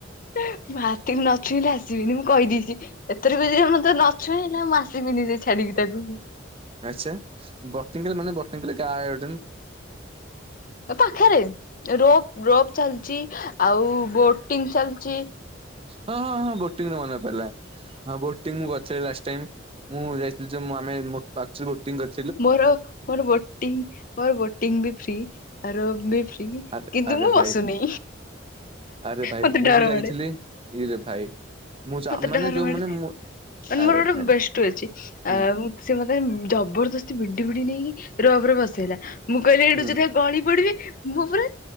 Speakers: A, on the left; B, on the right.
A: ମୁଁ ମାର୍କେଟ ନଛୁଇଁଲେ ଆସିବିନି ମୁଁ କହିଦେଇଛି। ଏଥିରେ ବି ତମେ ନଛୁଇଁ ହେଲା ମୁଁ ଆସିବିନି ସେ ଛାଡିକି ତାକୁ।
B: ଆଚ୍ଛା ବଟେଙ୍କଲ ମାନେ ବଟେଙ୍କଲି ଗାଁ
A: ପାଖରେ ରୋପ ରୋପ ଚାଲିଛି ଆଉ ବୋଟ୍ ଟିଙ୍ଗ ଚାଲିଚି
B: ହଁ ହଁ ହଁ ବୋଟିଂ ରୁ ମନେ ପଇଲା ହଁ ବୋଟିଂ ମୁଁ କରି ସେଇ ଲାଷ୍ଟ ଟାଇମ୍। ମୁଁ ଯାଇଥିଲି ଯୋଉ ଆମେ ମୋ ବୋଟିଂ କରି
A: ମୋର ମୋର ବୋଟିଂ ବୋଟିଂ ବି ଫ୍ରି ଆ ରୋପ୍ ବି ଫ୍ରି
B: ଆରେ
A: କିନ୍ତୁ
B: ଆରେ
A: ମୁଁ
B: ଭାଇ
A: ବସୁନି
B: ଆରେ ଭାଇ
A: ମତେ
B: ମୁଁ
A: ଡର
B: ଯୋଉ ଯାଇଥିଲି
A: ମାଡେ
B: ଇରେ ଭାଇ ମୁଁ ଯା
A: ମତେ
B: ମାନେ
A: ଡର
B: ଯୋଉ
A: ମାଡେ।
B: ମାନେ ମୁଁ
A: ମାନେ
B: ଆରେ
A: ମୋର ଗୋଟେ
B: ଭାଇ
A: ବେଷ୍ଟ ଅଛି
B: ହୁଁ
A: ଆ ସେ ମତେ ମାନେ ଜବରଦସ୍ତି ଭିଡ଼ି ଭିଡ଼ି ନେଇକି ରୋପରେ ବସେଇଲା। ମୁଁ କହିଲି ଏଠୁ
B: ହୁଁ
A: ଯଦି ଗଳି ପଡ଼ିବି। ମୁଁ ପୁରା